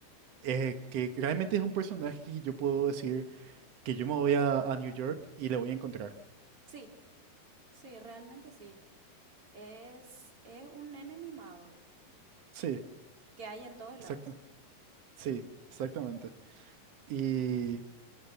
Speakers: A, on the right; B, on the right.
A: eh, que realmente es un personaje que yo puedo decir que yo me voy a, a New York y le voy a encontrar.
B: Sí, sí, realmente sí. Es, es un nene mimado
A: Sí,
B: que hay en todos lados.
A: exacto. Sí, exactamente. Y